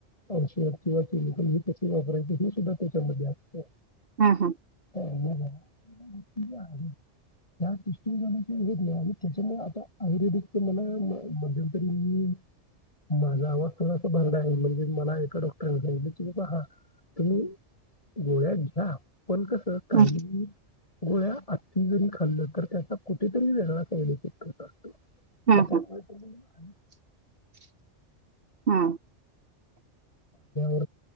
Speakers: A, on the left; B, on the right.
A: औषध किंवा- क्लिनिकली कसे वापरायची हे सुद्धा त्याच्यामध्येध्ये असत.
B: हा हा
A: <unintelligible> ह टेस्टिंग झाण्याची व नाही आणि त्याच्यामुळे आता आयुर्वेदिक तर मला मध्यंतरी मी माझा आवाज थोडासा भरडा आहेल म्हणजे मला एका डॉक्टर- पहिले तुम्ही गोळ्यात घ्या. पण कसं काहीही
B: हम्म
A: - गोळ्या आत जरी खाल्लं तर त्याचा कुठेतरी वेगळा साईड इफेक्ट करतात.
B: हम्म
A: म
B: हम्म
A: <unintelligible>
B: हा
A: ल